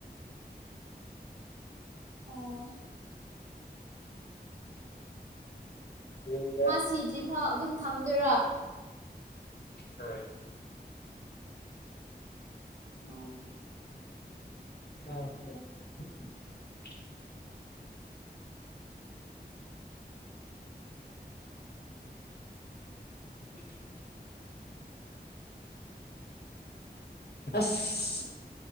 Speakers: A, on the right; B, on the left.
A: ꯑꯣ
B: ꯌꯨꯝꯗ
A: ꯃꯥ ꯁꯤꯗ꯭ꯔꯤꯐꯥꯎ ꯑꯗꯨꯝ ꯊꯝꯗꯣꯏꯔꯥ
B: ꯑ
A: ꯑ
B: <inaudible> <inaudible> ꯑꯁ